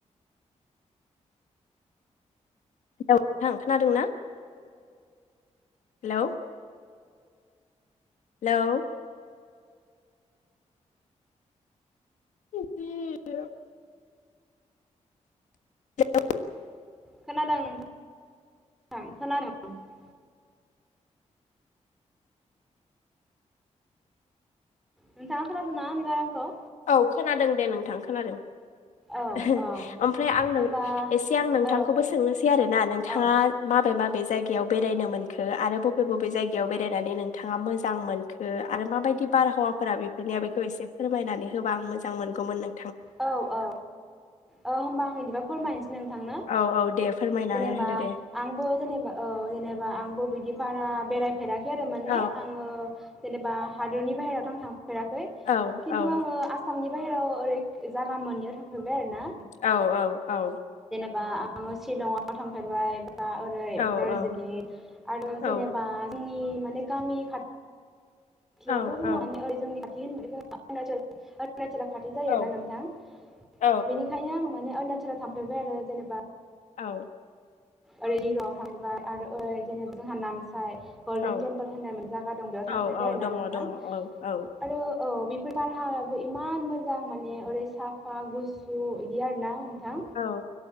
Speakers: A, on the left; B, in the centre.
A: <unintelligible> नोंथां खोनादों ना? हेलौ हेलौ बि <unintelligible> <unintelligible>
B: खोनादों नोंथां खोनादों । नोंथांआ खोनादों ना आंनि गारांखौ?
A: औ खोनादों दे नोंथां खोनादों
B: औ
A: । <unintelligible>
B: औ
A: ओमफ्राय आं
B: होमबा
A: नों एसे आं नोंथांखौबो
B: औ
A: सोंनोसै आरोना नोंथाङा
B: औ
A: माबे माब बबे जायगायाव बेरायनो मोनखो आरो बबे बबे जायगायाव बेरायनानै नोंथाङा मोजां मोनखो आरो माबायदि बारहावाफोरा बेफोरनिया बेखौ एसे फोरमायनानै गोबां मोजां मोनगौमोन नों
B: औ औ औ होमबा आं बिदिबा फोर माइनो नों थांनो
A: औ औ दे फोरमायना
B: जेनेबा
A: होदो दे
B: आंबो जेनेबा औ जेनेबा आंबो बिदि हारा बेराय फेराखै आरो माने
A: औ
B: आङो जेनेबा हादोरनि बाहेरायावथ' आं थां फेराखै
A: औ
B: खिन्थु
A: औ
B: आङो आसामनि बाहेराव ओरै जागा मोननैयाव थांफेरबाय आरो ना?
A: औ औ औ ।
B: बा आङो सिलंआव थांफेरबाय बा ओरै
A: औ
B: दार्जिलिं
A: औ
B: आरो जेनेबा
A: औ
B: आंनि माने गामि खाथ थियावथ'
A: औ
B: जोंहा
A: औ
B: माने ओरै जोंनि <unintelligible> अरुणाचला खाथि जायो
A: औ
B: ना नोंथां
A: औ
B: बेनिखायनो आङो माने आरुणा सोरो थांफेरबाय आरो जेनेबा ।
A: औ ।
B: आरैरिआव <unintelligible> थांबाय आरो ओरै जेनेब जोंहा नाम फाय गल्डेन
A: औ
B: टेम्पोल होननानै मोन जायगा दं बेयाव
A: औ
B: थांफेरबाय
A: औ
B: आरोना
A: दङ
B: नोंथां?
A: दङ औ औ
B: औ बेफोर बारहावायाबो इमान मोजां माने ओरै साफा गुसु इदिआरो ना नोंथां।
A: औ